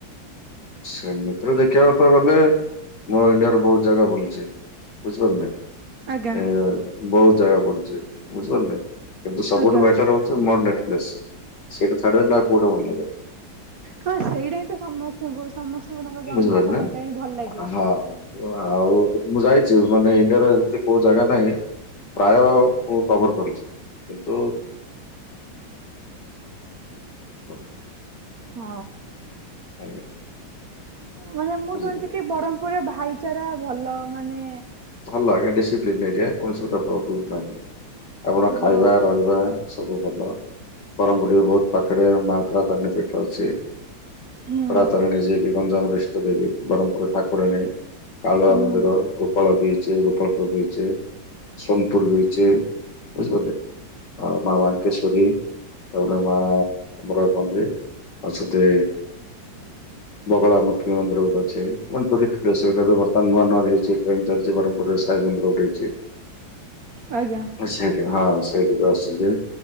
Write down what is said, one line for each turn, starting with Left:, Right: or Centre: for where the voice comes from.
Left: ସେମିତିରେ ଦେଖିବାକୁ ତ ଗଲେ ମୋ ଇଣ୍ଡିଆରେ ବହୁତ ଜାଗା ବୁଲିଛି ବୁଝିପାରିଲେ।
Right: ଆଜ୍ଞା।
Left: ଏ ବହୁତ ଜାଗା ବୁଲିଛି ବୁଝିପାରିଲେ। କିନ୍ତୁ ସବୁଠୁ
Right: ଆଜ୍ଞା
Left: ବେଟର ହେଉଛି ମୋର ନେଟ ପ୍ଲେସ। ସେଇଟା ଛାଡ଼ି ଦେଲେ ଆଉ କୋଉଟା ଭଲ ଲାଗେନି।
Right: ହଁ ସେଇଟା ହିଁ ତ ସମସ୍ତଙ୍କୁ ସମସ୍ତଙ୍କୁ ତାଙ୍କ ଜନ୍ମସ୍ଥାନ
Left: ବୁଝିପାରିଲେ
Right: ଟା ହିଁ ଭଲ ଲାଗେ।
Left: ହଁ ଆଉ ମୁଁ ଯାଇଛି ମାନେ ଇଣ୍ଡିଆ ର ଏମିତି କୋଉ ଜାଗା ନାଇ ପ୍ରାୟ ମୁଁ କଭର କରିଛି କିନ୍ତୁ <unintelligible>
Right: ହଁ
Left: ଆଜ୍ଞା
Right: ମାନେ ମୁଁ
Left: ବୁଝିଲେ।
Right: ଶୁଣିଛି କି ବରମପୁରରେ ଭାଇଚାରା ଭଲ ମାନେ
Left: ଭଲ ଆଜ୍ଞା ଡିସିପ୍ଲିନ ଏ କୌଣସି ଗୋଟେ ପ୍ରୋବ୍ଲେମ ନାହିଁ ଆପଣ ଖାଇବା
Right: ହଁ
Left: ରହିବା ସବୁ ଭଲ ବ୍ରହ୍ମପୁରୀ ବହୁତ ପାଖରେ ମା ତାର ତାରିଣୀ ପୀଠ ଅଛି
Right: ହୁଁ
Left: ତାରାତାରିଣୀ ଯିଏ କି ଗଞ୍ଜାମର ଇଷ୍ଟ ଦେବୀ ବରମ୍ ପୁରର ଠାକୁରାଣୀ କାଳୁଆ
Right: ହୁଁ
Left: ମନ୍ଦିର ଗୋଟେ ଫୁଲ beach Gopalpur beach Sonepur beach ବୁଝିପାରିଲେ। ମା ବାଙ୍କେଶ୍ୱରି ଆଉ ତାପରେ ମା ଆମର ପା ଅଛନ୍ତି। ବଗଳାମୁଖି ମନ୍ଦିର ବି ଗୋଟେ ଅଛି ମାନେ ଟୁରିଷ୍ଟ ପ୍ଲେସଟା ବି ବର୍ତ୍ତମାନ ନୂଆ ନୂଆରେ ହେଇଛି ଚାଲିଛି ବ୍ରହ୍ମପୁରରେ ସାଇ ମନ୍ଦିର ଉଠେଇଛି
Right: ଆଜ୍ଞା
Left: ସେଠି ହଁ ସେଇଠକୁ ଆସନ୍ତି।